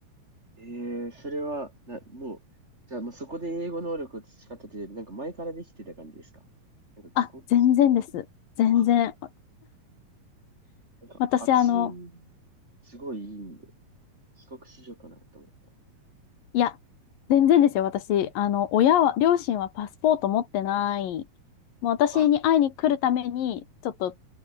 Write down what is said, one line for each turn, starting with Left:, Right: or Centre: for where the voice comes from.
Right: ええーそれは、な、もう、じゃあもうそこで英語能力を培ったというより、なんか前からできてた感じですかなんか帰国し、
Left: あ、全然です。全然。
Right: あ、なんか発音、
Left: 私、あの、
Right: すごいいいんで、帰国子女かなと思った。
Left: いや、全然ですよ。私、あの、親は、両親はパスポート持ってない。もう私に会いに来るために、
Right: あ、
Left: ちょっと